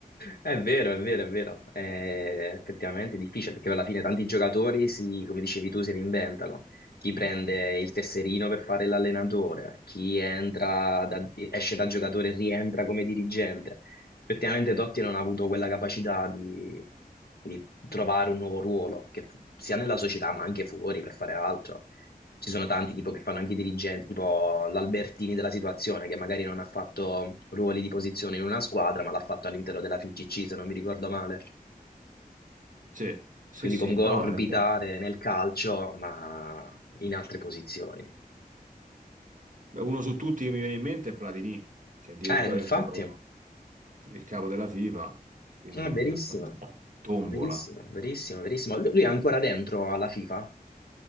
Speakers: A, on the left; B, on the right.
A: È vero, è vero, è vero. È effettivamente difficile perché alla fine tanti giocatori si, come dicevi tu, si reinventano. Chi prende il tesserino per fare l'allenatore, chi entra da- esce da giocatore e rientra come dirigente. Effettivamente Totti non ha avuto quella capacità di, di trovare un nuovo ruolo, che f- sia nella società ma anche fuori per fare altro. Ci sono tanti tipo che fanno anche i dirigenti, tipo l'Albertini della situazione, che magari non ha fatto ruoli di posizione in una squadra, ma l'ha fatto all'interno della FIGC, se non mi ricordo male.
B: Sì, sì,
A: Quindi
B: sì,
A: comunque
B: no,
A: orbitare
B: eh,
A: nel calcio, ma in altre posizioni.
B: uno su tutti che mi viene in mente è Platini, che addirittura
A: Eh, infatti,
B: è diventato
A: è
B: il capo della FIFA, quindi lui
A: verissimo,
B: ha fatto tombola.
A: verissimo, verissimo, verissimo. Lui lui è ancora dentro alla FIFA,